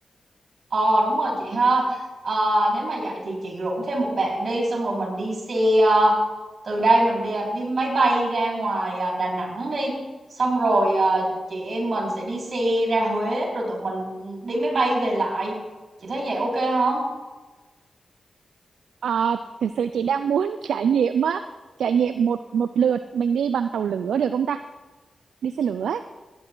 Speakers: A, on the right; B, on the right.
A: Ờ đúng rồi chị ha Ờ, Nếu mà vậy thì chị rủ thêm một bạn đi Xong rồi mình đi xe ờ, Từ đây mình đi, đi máy bay ra ngoài ờ, Đà Nẵng đi Xong rồi ờ, chị em mình sẽ đi xe ra Huế Rồi tụi mình ừ, đi máy bay về lại Chị thấy vậy ok không?
B: Ờ, thực sự chị đang muốn <laughs> trải nghiệm á trải nghiệm một một lượt mình đi bằng tàu lửa được không ta đi xe lửa ấy.